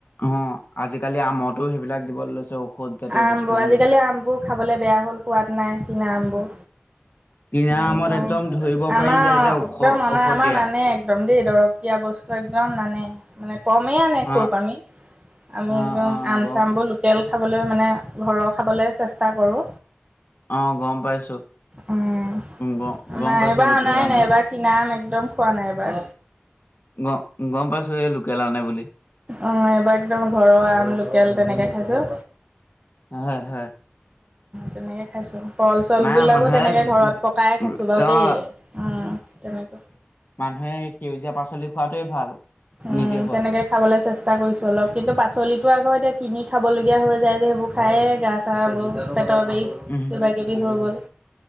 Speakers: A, on the left; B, on the right.
A: অ, আজিকালি আমাৰতো সেইবিলাক দিবলে লৈছে ঔষধ। জাতীয়
B: আমবোৰ
A: বস্তুসমূহ
B: আজিকালি আমবোৰ খাবলৈ বেয়া হ'ল সোৱাদ নাই কিনা আমবোৰ।
A: কিনা
B: একদম,
A: আমত ধৰিব
B: আমাৰ
A: পাৰি যায় যে ঔষ
B: একদম অনা
A: ঔষধ
B: আমাৰ
A: দিয়া
B: নানে একদ দম দেই। দৰৱ দিয়া বস্তু একদম নানে। মানে কমেই আনে
A: অ
B: খুব আমি। আমি
A: অ
B: একদম
A: অ
B: আম
A: গ
B: চামবোৰ লোকেল মানে ঘৰৰ খাবলৈ চেষ্টা কৰোঁ।
A: অ', গম পাইছোঁ,
B: উম,
A: গ
B: আমাৰ
A: গম পাইছোঁ
B: এইবাৰ
A: লোকেল
B: অনাই
A: আনে
B: নাই এইবাৰ কিনা আম আনি একদম খোৱা নাই এবাৰ
A: গ গম পাইছোঁ এই লোকেল আনে বুলি।
B: অ এইবাৰ একদম ঘৰৰ আম লোকেল তেনেকে খাইছোঁ।
A: হয় হয়।
B: তেনেকে খাইছো। কল চল
A: নাই
B: বিলাকো
A: মানুহে
B: তেনেকে
A: যি
B: ঘৰত
A: যি
B: পকাই খাইছোঁ বাও দেই।
A: অ',
B: উম তেনেকে।
A: সেই সেউজীয়া পাচলি খোৱাটোৱেই ভাল।
B: উম
A: নিজে হোৱা।
B: তেনেকে খাব লে চেষ্টা কৰিছো অলপ। কিন্তু পাচলিতটো আকৌ এতিয়া কিনি খাবলগীয়া হৈ যায় যে সেইবোৰ খায়েই গা চাহবোৰ পেটৰ বিৰিষ
A: উম।
B: কিব কিবি হৈ গ'ল